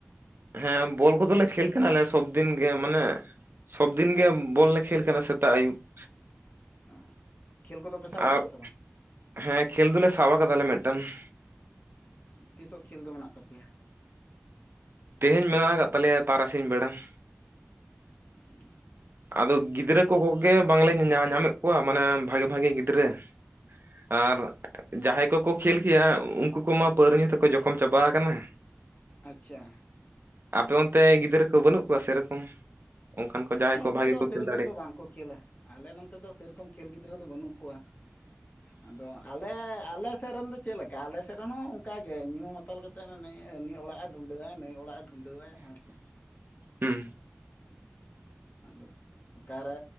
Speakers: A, on the right; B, on the left.
A: ᱦᱮᱸ ᱵᱚᱞ ᱠᱚᱫᱚᱞᱮ ᱠᱷᱮᱞ ᱠᱟᱱᱟᱞᱮ ᱥᱚᱵᱫᱤᱱ ᱜᱮ ᱢᱟᱹᱱᱮ ᱥᱚᱵᱽᱫᱤᱱᱜᱮ ᱵᱚᱞ ᱞᱮ ᱠᱷᱮᱞ ᱠᱟᱱᱟ ᱥᱮᱛᱟᱜ ᱟᱹᱭᱩᱵ ᱾
B: ᱮᱻ ᱠᱷᱮᱞ ᱠᱚᱫᱚ ᱯᱮ ᱥᱟᱵ ᱟᱠᱟᱫᱟ
A: ᱟᱨ
B: ᱥᱮ ᱵᱟᱝ?
A: ᱦᱮᱸ ᱠᱷᱮᱞ ᱫᱚᱞᱮ ᱥᱟᱵ ᱟᱠᱟᱫᱟᱞᱮ ᱢᱤᱫᱴᱮᱱ ᱾
B: ᱛᱤᱥᱚᱜ ᱠᱷᱮᱞ ᱫᱚ ᱢᱮᱱᱟᱜ ᱛᱟᱯᱮᱭᱟ?
A: ᱛᱮᱦᱮᱧ ᱢᱮᱱᱟᱜ ᱟᱠᱟᱫ ᱛᱟᱞᱮᱭᱟ ᱛᱟᱨᱟᱥᱤᱧ ᱵᱮᱲᱟ ᱾
B: <unintelligible>
A: ᱟᱫᱚ ᱜᱤᱫᱽᱨᱟᱹ ᱠᱚ ᱠᱚᱜᱮ ᱵᱟᱝᱞᱮ ᱧᱟᱧᱟ ᱧᱟᱢᱮᱫ ᱠᱚᱣᱟ ᱢᱟᱱᱮ ᱵᱷᱟᱜᱤ ᱵᱷᱟᱜᱤ ᱜᱤᱫᱽᱨᱟᱹ ᱾ ᱟᱨ ᱡᱟᱦᱟᱸᱭ ᱠᱚᱠᱚ ᱠᱷᱮᱞ ᱠᱮᱭᱟ ᱩᱱᱠᱩ ᱠᱚᱢᱟ ᱯᱟᱹᱣᱨᱟᱹ ᱧᱩ ᱛᱮᱠᱚ ᱡᱚᱠᱷᱚᱢ ᱪᱟᱵᱟ ᱟᱠᱟᱱᱟ᱾
B: ᱟᱪᱪᱷᱟ,
A: ᱟᱯᱮ ᱚᱱᱛᱮ ᱜᱤᱫᱽᱨᱟᱹ ᱠᱚ ᱵᱟᱹᱱᱩᱜ ᱠᱚᱣᱟ ᱥᱮᱨᱚᱠᱚᱢ ᱚᱱᱠᱟᱱ ᱠᱚ ᱡᱟᱦᱟᱸᱭ, ᱠᱚ
B: ᱱᱚᱛᱮ
A: ᱵᱷᱟᱜᱮ
B: ᱫᱚ
A: ᱠᱚ
B: ᱥᱮᱨᱚᱠᱚᱢ
A: ᱠᱷᱮᱞ ᱫᱟᱲᱮᱭᱟᱜ
B: ᱫᱚ ᱵᱟᱝᱠᱚ ᱠᱷᱮᱞᱟ ᱟᱞᱮ ᱱᱚᱛᱮ ᱫᱚ ᱥᱮᱨᱚᱠᱚᱢ ᱠᱷᱮᱞ ᱜᱤᱫᱽᱨᱟᱹ ᱫᱚ ᱵᱟᱹᱱᱩᱜ ᱠᱚᱣᱟ ᱾
A: <inaudible>
B: ᱟᱫᱚ ᱟᱞᱮ ᱟᱞᱮ ᱥᱮᱫ ᱨᱮᱱ ᱫᱚ ᱪᱮᱫ ᱞᱮᱠᱟ ᱟᱞᱮ ᱥᱮᱫ ᱨᱮᱱ ᱦᱚᱸ ᱚᱱᱠᱟᱜ ᱜᱮ ᱧᱩ ᱢᱟᱛᱟᱞ ᱠᱟᱛᱮ, ᱱᱟᱹᱭ ᱦᱟᱹᱱᱤ ᱚᱲᱟᱜ ᱮ ᱰᱩᱸᱰᱟᱹᱣᱟᱭ ᱱᱟᱹᱭ ᱚᱲᱟᱜᱼ ᱮ ᱰᱩᱸᱰᱟᱹᱣᱟᱭ ᱦᱮᱸᱥᱮ ᱾
A: ᱦᱩᱸᱢ
B: ᱟᱫᱚ, ᱚᱠᱟᱨᱮ